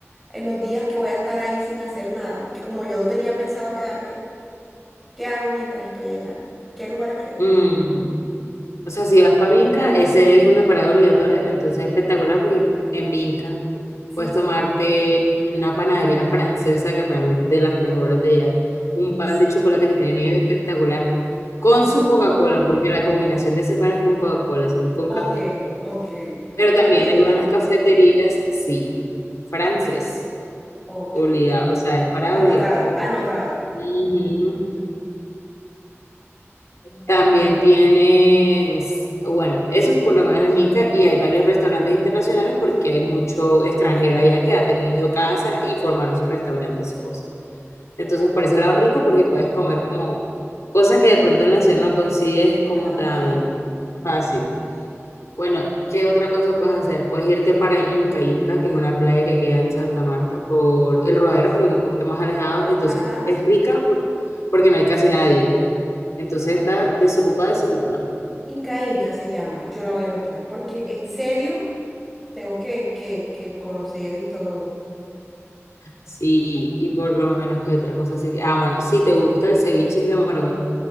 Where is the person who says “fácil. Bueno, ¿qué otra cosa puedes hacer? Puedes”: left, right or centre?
Left